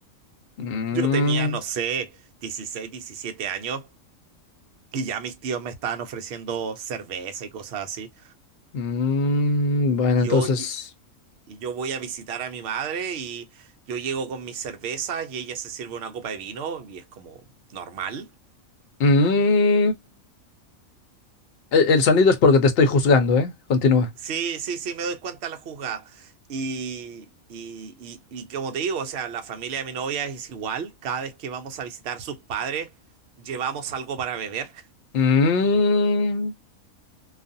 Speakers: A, on the left; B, on the right.
A: Mm,
B: Yo tenía, no sé, 16, 17 años y ya mis tíos me estaban ofreciendo cerveza y cosas así.
A: mm, bueno,
B: Yo
A: entonces.
B: Y yo voy a visitar a mi madre y yo llego con mis cervezas y ella se sirve una copa de vino y es como normal.
A: mm, el, el sonido es porque te estoy juzgando, ¿eh? Continúa.
B: Sí, sí, sí, me doy cuenta la juzgada. Y, y, y, y como te digo, o sea, la familia de mi novia es igual. Cada vez que vamos a visitar sus padres, llevamos algo para beber.
A: Mm,